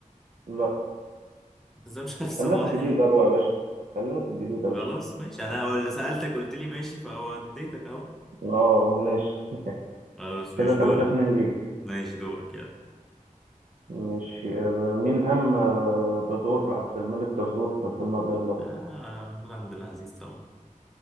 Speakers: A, on the right (about 75°); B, in the centre.
A: لا
B: أنت إزاي مش عارف صباح
A: خلينا في الجديد
B: يعني
A: أروع يا باشا خلينا في الجديد يا
B: خلاص
A: باشا
B: ماشي انا هو اللي سألتك قلت لي ماشي فوديتك اهو
A: اه ماشي <laughs>
B: خلاص مش
A: كده تلاتة
B: دورك
A: اتنين ليك
B: ماشي دورك يلا
A: ماشي آه، مين قام آه، بدور عبد الملك زرزور في فيلم إبراهيم الأبيض
B: اه الحمد لله عزيز طبعا